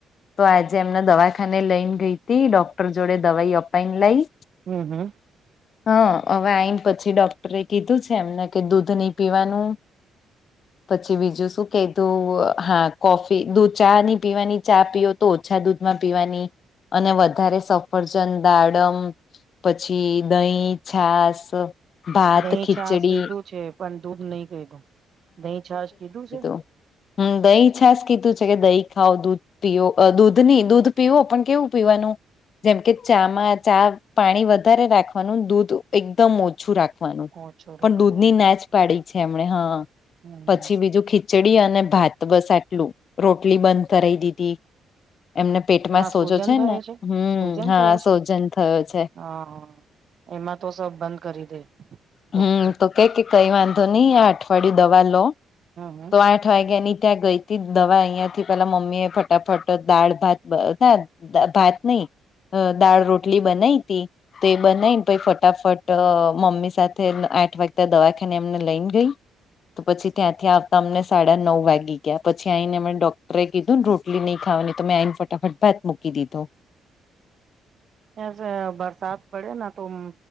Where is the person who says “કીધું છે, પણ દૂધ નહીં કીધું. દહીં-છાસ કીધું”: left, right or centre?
Right